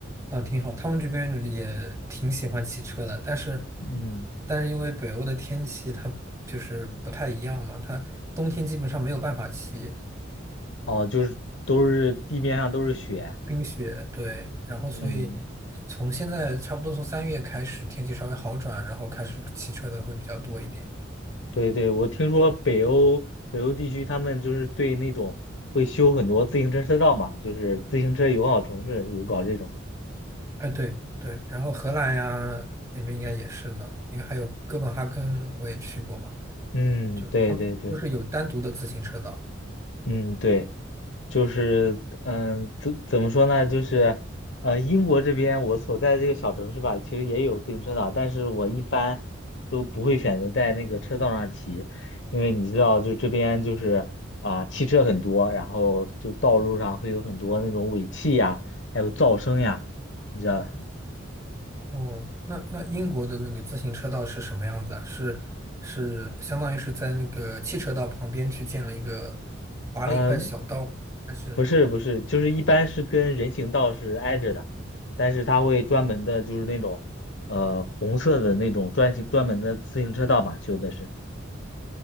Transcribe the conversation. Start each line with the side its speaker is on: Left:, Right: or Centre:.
Right: 啊，挺好。他们这边也挺喜欢骑车的，但是
Left: 嗯，
Right: 但是因为北欧的天气它就是不太一样嘛，它冬天基本上没有办法骑
Left: 哦，就是都是地面上都是雪，
Right: 冰雪，对，然后所以
Left: 嗯。
Right: 从现在差不多从三月开始天气稍微好转，然后开始骑车的会比较多一点。
Left: 对对，我听说北欧北欧地区他们就是对那种会修很多自行车车道嘛，就是自行车友好城市有搞这种。
Right: 哎，对对，然后荷兰呀那边应该也是的，因为还有哥本哈根我也去过嘛，
Left: 嗯，
Right: 就是他们都是有单独的自行车道。
Left: 对对对，嗯对。就是嗯，怎怎么说呢？就是呃，英国这边我所在这个小城市吧，其实也有自行车道，但是我一般都不会选择在那个车道上骑，因为你知道，就这边就是啊、汽车很多，然后就道路上会有很多那种尾气呀，还有噪声呀，你知道，
Right: 哦，那那英国的那个自行车道是什么样子啊？是是相当于是在那个汽车道旁边去建了一个划了一块小道，
Left: 嗯。
Right: 还是
Left: 不是不是，就是一般是跟人行道是挨着的，但是它会专门的，就是那种呃红色的那种专行专门的自行车道嘛，修的是。